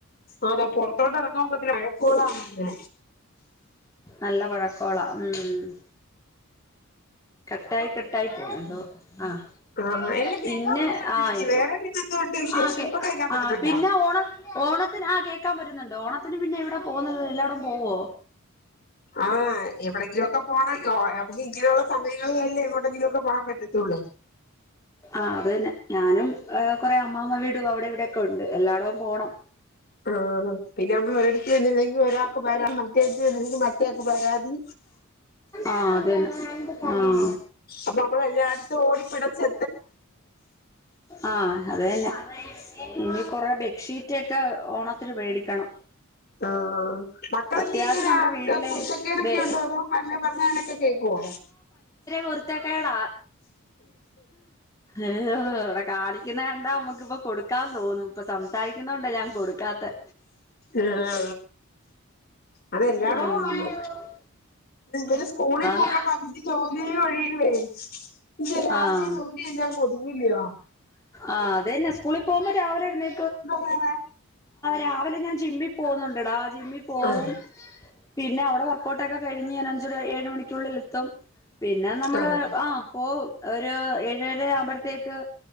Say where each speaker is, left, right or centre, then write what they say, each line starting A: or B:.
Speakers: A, on the left; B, on the left.
A: ആതാ പുറത്തോട്ട് ഇറങ്ങ നോക്കഴക്കോാന്നല്ലേ
B: നല്ല വഴക്കോള ഉം കട്ടായി കട്ടായി തന്നന്തോ ആഹ
A: ആ എല്ലാം
B: പിന്നെ
A: കേൾക്കാൻ പറ്റുന്നുണ്ട് എനിക്ക്
B: ആയി
A: വേറെ പിന്നെ എന്തുകൊണ്ട് വിശേഷം
B: ആക്കെ
A: ഇപ്പൊ കേൾക്കാൻ പറ്റുന്നുണ്ടോ
B: ആ പിന്നെ ഓണ ഓ ഓണത്തിന് ആ കേക്കാൻ വരുന്നുണ്ട് ഓണത്തിന് പിന്നെ എവിടെ പോകുന്നത് എല്ലാടും പോവോ
A: ആഹ് എവിടങ്കിലുംൊക്കെ പോണോ നമുക്ക് ഇങ്ങനെയുള്ള സമയങ്ങളിൽല്ലേ ഇങ്ങോട്ടെങ്കിലൊക്കെ പോകൻ പറ്റത്തുള്ളൂ
B: ആ അത് തന്നെ ഞാനും കൊറെേ അമ്മ്മ വീടും അവിടെ ഇവിടെൊക്കെ ഉണ്ട് എല്ലായിടവും പോണം
A: ആഹ പിന്നെ നമ്മ എടുത്ത്ന്നില്ലെങ്കിൽ ഒരാൾക്ക്രാ മറ്റേത്ത്ന്നില്ലെങ്കിൽ മറ്റേയാക്ക് പരാതി
B: ആഹ അതേന ആഹ
A: അപ്പൊ നമ്മളെല്ലായിടത്തും ഓടിപ്പിടച്ച്
B: ആഹ അത തന്നെ ഇനി കൊറെ ബെഡ്ഷീറ്റ്ൊക്കെ ഓണത്തിന് മേടിക്കണം
A: ആഹ മക്കളൊക്കെ
B: അത്യാവശ്യം
A: ഇങ്ങനെ
B: നമ്മുടെ
A: ആൾക്ക്
B: വീട്ടില്
A: കുത്തക്കേടൊക്കെ
B: ബെ
A: ഉണ്ടോ അതോ പല്ല പറഞ്ഞാനൊക്കെ കേൾക്കുമോ
B: കുരുത്തകേട ഏ് ഇവിടെ കാണിക്കുന്ന എണ്ടാ നമ്മുക്കിപ്പൊ കൊടുക്കാന്ന് തോന്നും ഇപ്പൊ സംസാരിക്കുന്നുണ്ട ഞാൻ കൊടുക്കാത്ത
A: ആ ആ അതെല്ലാടും
B: ആഹ്
A: ആന്ന് ഇര് സ്കൂളിൽ പോകുമ്പോ
B: ആഹ്
A: പകുതി ജോലി ഒഴിയും പിന്നെ രാവന്റെ
B: ആഹ്
A: ജോലിന്ന ഒതുങ്ങലയോ
B: ആഹ് അതന്നെ സ്കൂളിൽ പോകുമ്പോ രാവിലെ എുന്നേ
A: വേറെ
B: രാവിലെ ഞാൻ ജിമ്മിൽ പോുന്നുണ്ട്ടാ ജിമ്മിൽ പോകവും
A: ആഹ്
B: പിന്നെ അവിടെ വർക്കഔട്ട് ഒക്കെ കഴിഞ്ഞ് അഞ്ച് ഏഴ് മണിക്കുള്ളിൽ എത്തും പിന്നെ നമ്മള്
A: ആഹ്
B: ആ ഇ ഒരു ഏഴര ആവുമ്പോഴത്തേക്ക്